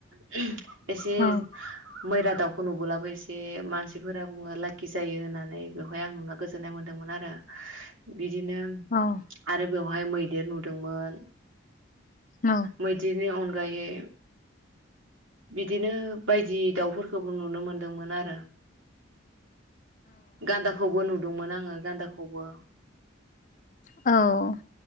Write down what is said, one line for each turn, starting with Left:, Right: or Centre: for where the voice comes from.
Right: <unintelligible> एसे
Left: औ
Right: मैरा दाउखौ नुबोलाबो से मानसि फोरा बुङो लाखि जायो होननानै बेवहाय आं नुना गोजोननाय मोन्दोंमोन आरो बि बिदिनो
Left: औ
Right: आरो बेवहाय मैदेर नुदोंमोन
Left: औ
Right: मैदेरनि अन अनगायै बिदिनो बायदि दाउफोरखौबो नुनो मोनदोंमोन आरो गान्दाखौबो नु दोंमोन आङो गान्दाखौबो
Left: औ